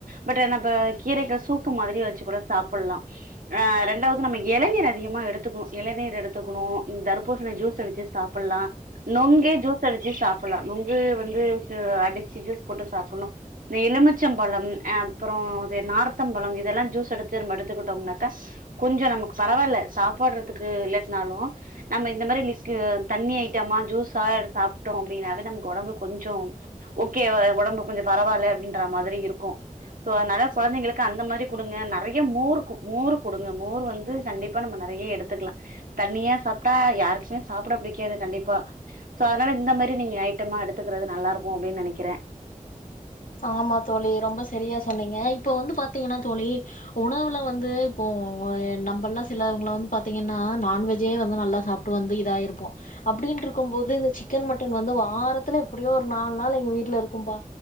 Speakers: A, on the right; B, on the left.
A: பட் நம்ம கீரைக்கள சூப்பு மாரிய வச்சு கூட சாப்பிடலா ஆஹ் ரெண்டாவது நம்ம இளநீர் அதிகமாக எடுத்துக்கணு இளநீர் எடுத்துக்கணு தர்பூசணி ஜூஸ் அடிச்சு சாப்புலா நொங்கே ஜூஸ் அடிச்சு சாப்பலா நுங்கு வந்து அடிச்சு ஜூஸ் போட்டு சாப்பணு இந்த எலுமிச்சம்பழம் அ அப்புறம் நார்த்தம்பழம் இதெல்லா ஜூஸ் அடுச்சு நம்ம எடுத்துக்கிட்டோம்னாக்க கொஞ்ச நமக்கு பரவாயில்ல சாப்பாடுறதுக்கு இல்லட்னாலு நம்ம இந்த மாரி லிக்கு தண்ணிய ஐட்- இதமா ஜுஸா சாப்ட்டோ அப்டின்னாவே நமக்கு உடம்பு கொஞ்ச ஓகே ஒடம்பு கொஞ்ச பரவால்ல அப்டின்ற மாதிரி இருக்கும் சோ அதனால குழந்தைங்களுக்கு அந்த மாதிரி குடுங்க நெறைய மோர் மோர்ரு குடுங்க மோர் வந்து கண்டிப்பா நம்ம நெறைய எடுத்துக்கலா தண்ணியா சாப்ட்டா யாருக்குமே சாப்பிட பிடிக்காது கண்டிப் ப்ப சோ அதனால இந்த மாரி நீங்க ஐட்டமா எடுத்துக்கறது நல்லாருக்கு அப்டின்னு நெனைக்கிறே
B: ஆமா தோழி ரொம்ப சரியா சொன்னீங்க இப்போ வந்து பாத்தீங்கன்னா தோழி உணவுல வந்து இப்போ நம்மல்லா சிலவங்கள வந்து பாத்தீங்கன்னா நான்வெஜ்ஜே வந்து நல்லா சாப்ட்டு வந்து இதாயிருப்போ அப்டினு இருக்கும் போது இந்த சிக்கன் மட்டன் வந்து வாரத்துல எப்டியோ ஒரு நாலு நாள் எங்க வீட்டுல இருக்கும்பா